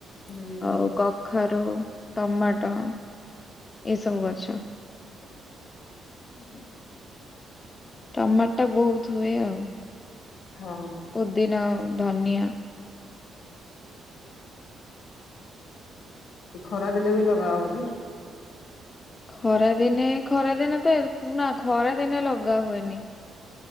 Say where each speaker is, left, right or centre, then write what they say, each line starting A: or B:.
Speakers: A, on the left (about 80°); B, on the left (about 30°).
A: ହୁଁ
B: ଆଉ କଖାରୁ ଟମାଟୋ ଏ ସବୁ ଗଛ।
A: ହୁଁ।
B: ଟମାଟା ବହୁତ ହୁଏ ଆଉ।
A: ହଁ
B: ପୁଦିନା ଧନିଆ
A: ଏଇ ଖରା ଦିନେ ବି ଲଗାଅ ବୋଧେ?
B: ଖରାଦିନେ ଖରାରେ ନାଗେ ନା ଖରା ଦିନେ ଲଗା ହୁଏନି।